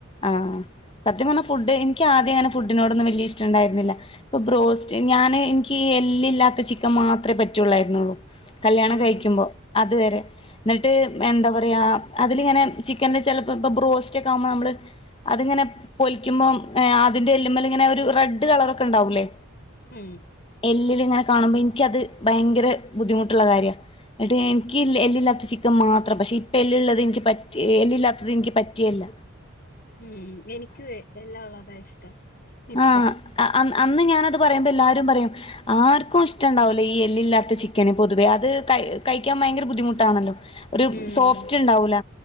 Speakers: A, on the left; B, on the left.
A: ആഹ് സത്യം പറഞ്ഞൽ ഫുഡ് എനിക്ക് ആദ്യം അങ്ങനെ ഫുഡിനോടന്നും വലിയ ഇഷ്ടണ്ടായിരുന്നില്ല ഇപ്പാ ബ്രോസ്റ്റ് ഞാന് എനിക്ക് എ- എല്ലില്ലാത്ത ചിക്കൻ മാത്രമേ പറ്റുള്ളായിരുന്നുള്ളൂ. കല്യാണം
B: ആഹാ.
A: കഴിക്കുമ്പോൾ അതുവരെ എന്നിട്ട് എന്താ പറയാ അതിലിങ്ങനെ ചിക്കന്റെ ചെല- അപ്പൊ ബ്രോസ്റ്റ് ഒക്കെ ആവുമ്പോ നമ്മള് അതിങ്ങനെ പോളി. കഴിക്കുമ്പം എഹ് അതിന്റെ എല്ലുമലിങ്ങനെ ഒരു റെഡ് കളറൊക്കെ ണ്ടാവൂല്ലേ.
B: ഉം
A: എല്ലിൽ ഇങ്ങനെ കാണുമ്പ എനിക്കത് ഭയങ്കര ബുദ്ധിമുട്ടുള്ള കാര്യഎന്ന്ട്ട് എനിക്കി എല്ലില്ല. ല്ലില്ലാത്ത ചിക്കൻ മാത്രം പക്ഷെ ഇപ്പ എല്ലിള്ളത് എനിക്ക് പറ്റെ എല്ലില്ലാത്തത് എനിക്ക് പറ്റെ യില്ല
B: ഉം എനിക്കും എല്ലാം ഉള്ളതാ ഇഷ്ടം ഇപ്പം.
A: ആഹ് അ അന്ന് ഞാനത് പറയുമ്പോ എല്ലാരുത് പറയും ആർക്കും ഇഷ്ടണ്ടാവൂല്ല ഈ എല്ലില്ലാത്ത ചിക്കാൻ. നിക്കണേ പൊതുവെ അത് കഴി കഴിക്കാൻ ഭയങ്കര ബുദ്ധിമുട്ടാണല്ലോ ഒരു
B: ഉം.
A: സോഫ്റ്റ് ഉണ്ടാവൂല.